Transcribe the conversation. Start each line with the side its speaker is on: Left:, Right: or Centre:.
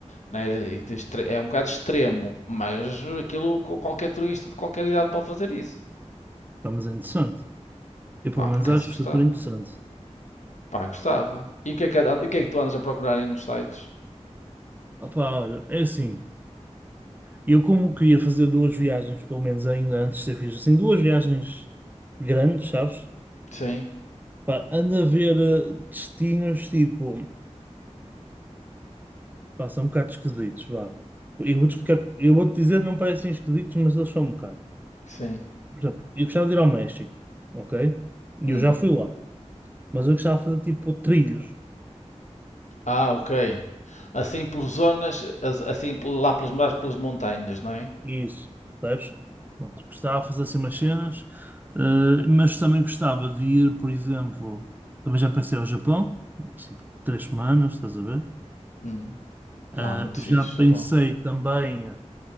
Left: né, e de extre- é um bocado extremo, mas aquilo co- qualquer turista de qualquer idade pode fazer isso.
Right: pá, mas é interessante. Eu pelo
Left: Pá,
Right: menos
Left: por acaso
Right: acho
Left: gostava.
Right: super interessante.
Left: Pá, gostava. E o que é que, o que é que tu andas a procurar aí nos sites?
Right: Opa, olha, é assim. Eu como queria fazer duas viagens, pelo menos ainda antes de ser fixe, assim, duas viagens grandes, sabes?
Left: Sim,
Right: Pá, anda a ver eh, destinos tipo. Pá, são um bocado esquisitos, vá. Eu vou-te explicar, eu vou-te dizer, não parecem esquisitos, mas eles são um bocado.
Left: sim.
Right: Por exemplo, eu gostava de ir ao México, ok? E
Left: Hum.
Right: eu já fui lá, mas eu gostava de fazer tipo trilhos
Left: Ah, ok. Assim por zonas, as- assim por- lá pelas, mais pelas montanhas, não é?
Right: e isso, percebes? Pronto, gostava de fazer assim umas cenas, eh, mas também gostava de ir, por exemplo, também já pensei ao Japão, assim, três semanas, estás a ver?
Left: Hum. Pá,
Right: Eh,
Left: muito
Right: já
Left: fixe,
Right: pensei
Left: Japão.
Right: também